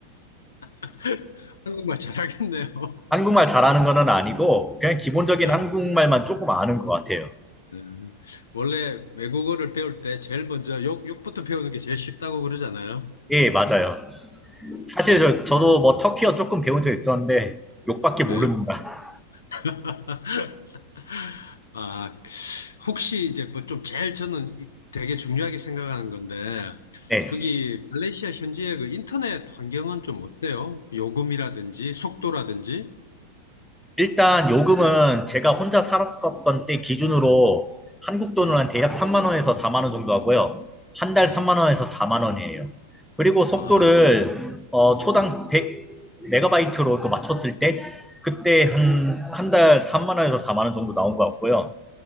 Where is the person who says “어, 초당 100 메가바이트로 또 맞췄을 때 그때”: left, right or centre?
Centre